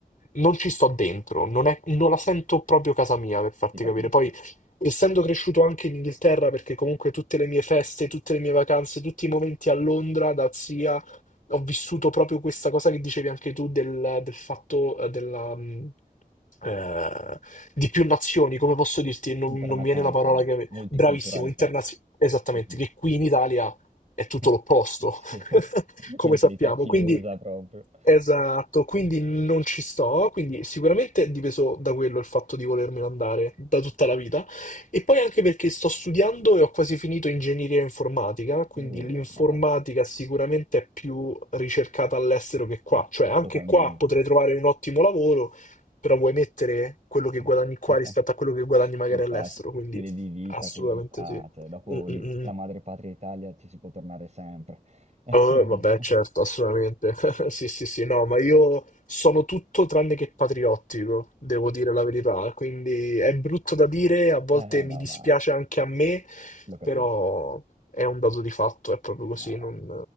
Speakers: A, on the left (about 55°); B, on the right (about 45°).
A: non ci sto dentro, non è- non la sento proprio casa mia, per farti
B: ti capisco.
A: capire. Poi, essendo cresciuto anche in Inghilterra, perché comunque tutte le mie feste, tutte le mie vacanze, tutti i momenti a Londra, da zia ho vissuto proprio questa cosa che dicevi anche tu del, del fatto eh, della, mh, eh, di più nazioni, come posso dirti? Non,
B: Internazionalità,
A: non mi viene la parola che...
B: multiculturalità.
A: Bravissimo, internazionale. Esattamente,
B: Mhm.
A: che qui in Italia è
B: <laughs>
A: tutto l'opposto,
B: Sì,
A: <laughs> come
B: mentalità
A: sappiamo.
B: chiusa
A: Quindi,
B: proprio.
A: esatto, quindi non ci sto. Quindi sicuramente è dipeso da quello il fatto di volermelo andare da tutta la vita. E poi anche perché sto studiando e ho quasi finito ingegneria informatica, quindi
B: Uh,
A: l'informatica
B: madò,
A: sicuramente è più ricercata all'estero che qua,
B: sì,
A: cioè anche
B: totalmente.
A: qua potrei trovare un ottimo lavoro, però vuoi mettere quello che
B: <laughs>
A: guadagni qua rispetto a quello che guadagni magari
B: Infatti,
A: all'estero, quindi
B: stile di vita,
A: assolutamente
B: curiosità,
A: sì.
B: cioè, dopo
A: Mm,
B: lì,
A: mm,
B: la
A: mm.
B: madre patria Italia ci si può tornare sempre. <laughs>
A: Eh, vabbè, certo, assolutamente. <laughs> Sì, sì, sì, no, ma io sono tutto tranne che patriottico, devo dire la verità. Quindi è brutto da dire, a volte
B: Eh
A: mi
B: no,
A: dispiace
B: ma
A: anche a me,
B: lo capisco.
A: però è un dato di fatto, è proprio
B: Sì,
A: così,
B: no, ma
A: non,